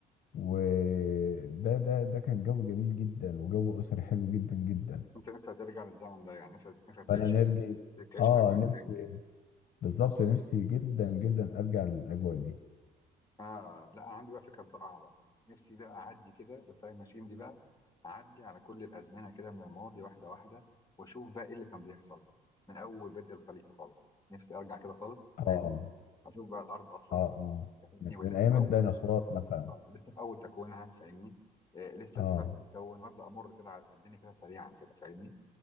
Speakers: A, on the left; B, on the left.
A: وده ده ده كان جو جميل جدا وجو اسري حلو جدا جدا
B: انت نفسك ترجع للزمن ده يعني نفسك نفسك
A: فانا
B: تعيش
A: نرجع
B: ال... تعيش
A: اه
B: الاجواء
A: نفسي
B: دي تاني يعني
A: بالظبط نفسي جدا جدا ارجع للاجواء دي
B: اه لا انا عندي بقى فكره رائعه بقى نفسي بقى اعدي كده بالتايم ماشين دي بقى اعدي على كل الازمنه كده من الماضي واحده واحده واشوف بقى ايه اللي كان بيحصل من اول بدء الخليقه خالص نفسي ارجع كده خالص
A: اه
B: فاهمني اشوف بقى الارض اصلا
A: اه اه
B: فاهمني
A: من
B: وهي
A: من
B: لسه
A: ايام
B: في اول
A: الديناصورات
B: تك...
A: مثلا
B: آه، لسه في اول تكوينها فاهمني آه لسه
A: اه
B: الجبال بتتكون وابدا امر كده على الدنيا كده سريعا كده فاهمني